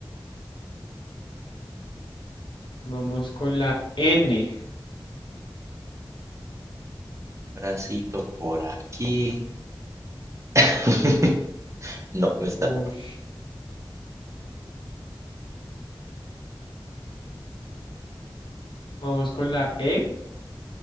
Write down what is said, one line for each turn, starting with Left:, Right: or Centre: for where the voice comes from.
Left: Vamos con la N.
Right: Bracito por aquí. <laughs> No, no está.
Left: Uy. Vamos con la E.